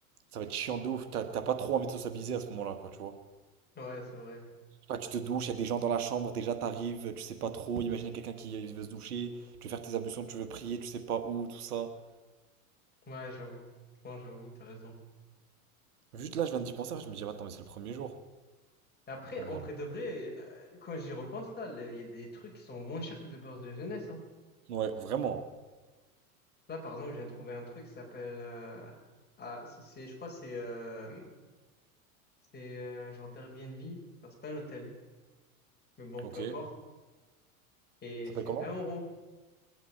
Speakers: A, on the right (about 80°); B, on the left (about 20°).
A: ça va être chiant de ouf. T'as t'as pas trop envie de sociabiliser à ce moment-là, quoi, tu vois.
B: Ouais, c'est vrai.
A: Je sais pas, tu te douches, y a des gens dans la chambre, déjà t'arrives, tu sais pas trop. Imagine y a quelqu'un qui veut se doucher, tu veux faire tes ablutions, tu veux prier, tu sais pas où, tout ça.
B: Ouais, j'avoue. Franchement, j'avoue, t'as raison.
A: Juste là, je viens d'y penser, je me dis, ah, attends, mais c'est le premier jour.
B: Et après,
A: Donc
B: en
A: voilà.
B: vrai de vrai, euh, quand j'y repense, là, le- il y a des trucs qui sont moins chers que des bourses de jeunesse, hein.
A: Ouais, vraiment.
B: Là, par exemple, je viens de trouver un truc qui s'appelle, euh, ah, c'est, c'est- je crois, que c'est, euh, c'est, euh, genre d'Airbnb. Genre, c'est pas un hôtel. Mais bon,
A: Ok.
B: peu importe.
A: Ça
B: Et
A: s'appelle
B: c'est
A: comment?
B: 20 euros.